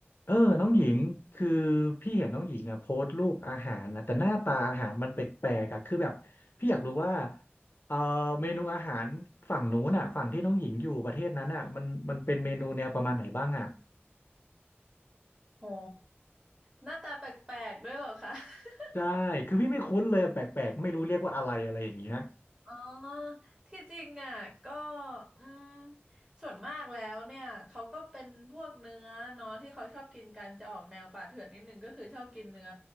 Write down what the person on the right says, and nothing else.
โหหน้าตาแปลกๆด้วยเหรอคะ <laughs> อ
อ๋อที่จริงอ่ะก็อืมส่วนมากแล้วเนี่ยเขาก็เป็นพวกเนื้อเนาะที่เขาชอบกินกันจะออกแนวป่าเถื่อนนิดนึงก็คือชอบกินเนื้อ